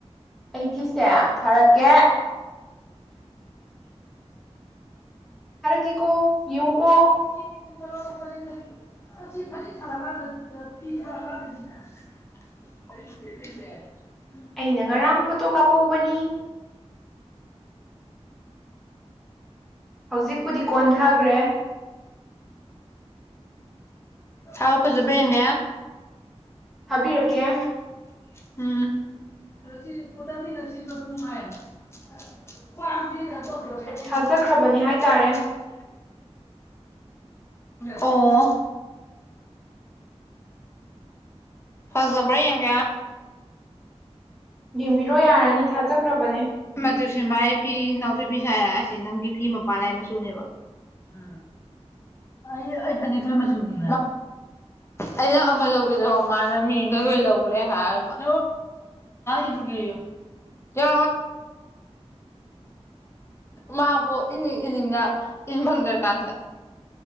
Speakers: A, in the centre; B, on the left.
A: ꯑꯩ ꯐꯤꯁꯦ ꯊꯥꯔꯛꯀꯦ ꯐꯔꯦ ꯀ ꯀꯣ ꯌꯎ ꯀꯣ <inaudible>
B: ꯆꯔꯤ <unintelligible> <inaudible> ꯐ ꯊꯔꯗ ꯄ ꯊꯔꯗ <unintelligible> <inaudible> ꯀ ꯀꯔꯤꯗꯦ <unintelligible> <inaudible>
A: ꯑꯩꯅ ꯉꯔꯥꯡ ꯐꯣꯇꯣ ꯀꯥꯞꯍꯧꯕꯅꯤ ꯍꯧꯖꯤꯛꯄꯨꯗꯤ ꯀꯣꯟꯊꯈ꯭ꯔꯦ
B: ꯊꯥꯎ ꯐꯖꯕ꯭ꯔꯥ ꯌꯦꯡꯒꯦ
A: ꯊꯥꯕꯤꯔꯛꯀꯦ
B: ꯎꯝ ꯀꯅꯨꯡꯉ <unintelligible> <inaudible> ꯄ ꯀ ꯔꯦ
A: ꯊꯥꯖꯈ꯭ꯔꯕꯅꯤ
B: ꯏ
A: ꯍꯥꯏꯇꯥꯔꯦ
B: ꯑꯣ ꯐꯁꯕ꯭ꯔ ꯌꯥꯡ
A: ꯌꯦꯡꯕꯤꯔꯣ ꯌꯥꯔꯅꯤ ꯊꯥꯖꯈ꯭ꯔꯕꯅꯦ
B: ꯑꯗꯨ ꯁꯤ ꯃꯥꯏ ꯐꯤ ꯅꯥꯎꯊꯣꯏ ꯐꯤꯁ ꯍꯥꯏꯔꯁꯤ ꯅꯪꯒꯤ ꯐꯤ ꯃꯄꯥꯥꯟ ꯂꯩ ꯃꯆꯨꯅꯦꯕ ꯎ ꯑꯩ ꯑꯩ ꯐꯅꯦꯛꯛꯇꯣꯏ ꯃꯆꯨꯅꯤ ꯑꯩꯅ ꯑꯃ ꯂꯧꯒꯦꯗ ꯇꯧꯕ ꯃꯥꯅ ꯃꯤꯅ ꯂꯣꯏ ꯂꯧꯔꯦ ꯍꯥꯏ ꯉ ꯏꯔꯒꯤꯣ ꯀꯦ ꯃꯥꯕꯨ ꯏꯅꯤꯡ ꯏꯅꯤꯡꯅ ꯏꯟ ꯐꯪꯗ꯭ꯔ ꯀꯥꯟꯁꯤꯗ